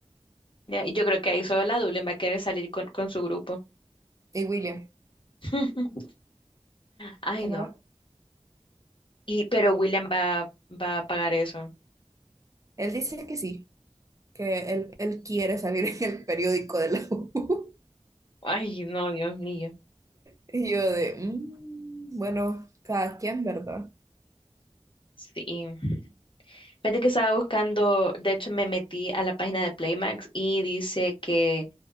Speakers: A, on the left; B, on the right.
A: Ya, Yo creo que ahí solo la Dublin va a querer salir con, con su grupo.
B: <laughs> Y William,
A: <laughs> Ay,
B: se
A: no.
B: lo va.
A: Y, pero William va, va a pagar eso.
B: Él dice que sí, que él, él quiere salir en el periódico de la U. <laughs>
A: Ay, no, Dios mío.
B: Y yo de, "Mm, bueno, cada quien, ¿verdad?
A: Sí. Fíjate que estaba buscando, de hecho me metí a la página de Playmax y dice que